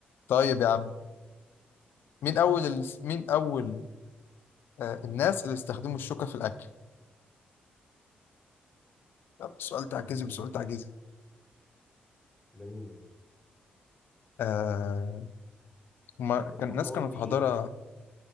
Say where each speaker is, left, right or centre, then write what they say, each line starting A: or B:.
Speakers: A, on the left; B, on the left.
A: طيب يا عم مين أول ال... مين أول آه الناس اللي استخدموا الشوكة في الأكل؟ يلا، سؤال تعجزي
B: مين
A: بسؤال
B: دول
A: تعجزي
B: ده مين دول
A: آه هما
B: آه،
A: كان الناس
B: هم اوروبيين
A: كانوا في حضارة